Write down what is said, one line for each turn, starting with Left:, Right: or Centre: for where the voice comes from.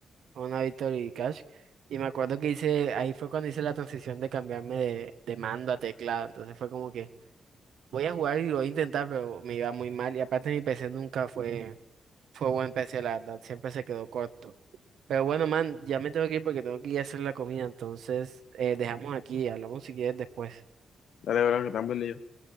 Right: a una Victory Cash. Y me acuerdo que hice, ahí fue cuando hice la transición de cambiarme de, de mando a teclado. Entonces fue como que voy a jugar y lo voy a intentar, pero me iba muy mal. Y aparte mi PC nunca fue, fue buen PC, la verdad. Siempre se quedó corto. Pero bueno, man, ya me tengo que ir porque tengo que ir a hacer la comida. Entonces, eh, dejamos aquí, hablamos si quieres después.
Left: Dale, bro, que tan buen día.